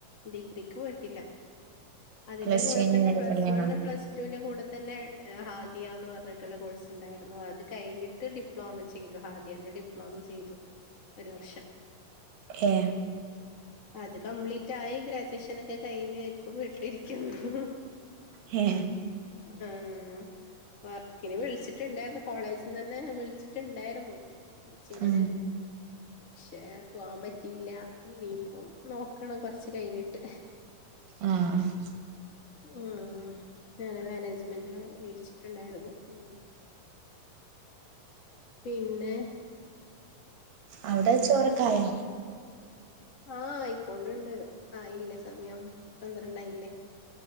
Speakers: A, on the left (about 50°); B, on the right (about 80°).
A: ഡിഗ്രിക്ക് പോയിട്ടില്ല അതിന്റെ
B: പ്ലസ്
A: കൂടെ
B: ടു കഴിഞ്ഞ്
A: തെന്നെ
B: നേരെ
A: പ്ലസ്
B: കല്യാണാ
A: വണ്ണ് പ്ലസ് റ്റുന്റെ കൂടെതെന്നെ ഹാദിയാന്ന് പറഞ്ഞിട്ടുള്ള കോഴ്സ്ഇണ്ടായിരുന്നു ആ ഇത് കഴിഞ്ഞിട്ട് ഡിപ്ലോമചെയ്തു ഹാദിയന്റെ ഡിപ്ലോമചെയ്തു ഒര് വർഷം.
B: ഏ
A: അത് കംപ്ലീറ്റായി ഗ്രാജുവേഷനൊക്കെ കഴിഞ്ഞ് ഇപ്പൊ വീട്ടിലിരിക്കുന്നുഹ്ഹ്.
B: ഹെ
A: അഹ് വർക്കിന് വിളിച്ചിട്ടുണ്ടായിരുന്നു. കോളേജിന്നെന്നേ വിളിച്ചിട്ടുണ്ടായിരുന്നു ടീച്ചിങ്ങിന്
B: ഉം
A: ക്ഷെ പോവാൻ പറ്റിയില്ല ഇനിയിപ്പം നോക്കണം കൊറച്ച് കഴിഞ്ഞിട്ട്
B: ആഹ്..
A: ഉം ഞാന് മാനേജ്മെന്റ് വിളിച്ചിട്ടുണ്ടായിരുന്നു ഉം- പിന്നെ
B: അവിടെ ചോറക്കായാ.
A: ആഹ് ആയിക്കൊണ്ട്ണ്ട് ആയില്ല സമയം പന്ത്രണ്ടായില്ല.